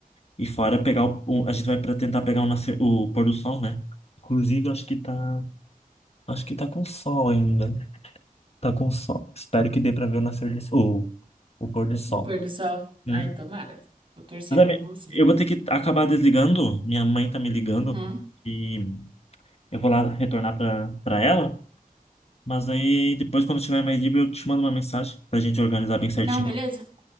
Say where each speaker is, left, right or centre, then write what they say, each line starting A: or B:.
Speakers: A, on the left; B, on the right.
A: E fora pegar o, o- a gente vai para tentar pegar o, nascer, o pôr do sol, né? Inclusive, acho que tá, acho que tá com sol ainda. Tá com sol. Espero que dê para ver o nascer do sol, o o pôr do sol.
B: O pôr do sol.
A: Hum.
B: Ai, tomara. Vou torcer
A: Mas, ami-
B: por você.
A: Eu vou ter que acabar desligando. Minha mãe tá me ligando
B: Uhum.
A: e eu vou lá retornar para para ela. Mas aí depois, quando eu tiver mais livre, eu te mando uma mensagem pra gente organizar bem certinho.
B: Não, beleza?